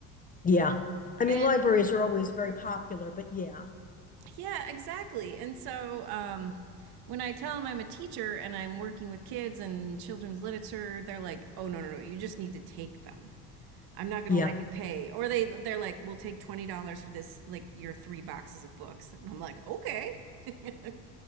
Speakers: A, on the left (about 20°); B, on the right (about 60°).
A: Yeah. I
B: and
A: mean, libraries are always very popular, but yeah,
B: Yeah, exactly. And so um, when I tell them I'm a teacher and I'm working with kids and children's literature, they're like, "Oh no, no, no! You just need to take them. I'm not going
A: yeah,
B: to let you pay." Or they they're like, "We'll take twenty dollars for this, like your three boxes of books." And I'm like, "Okay," <laughs>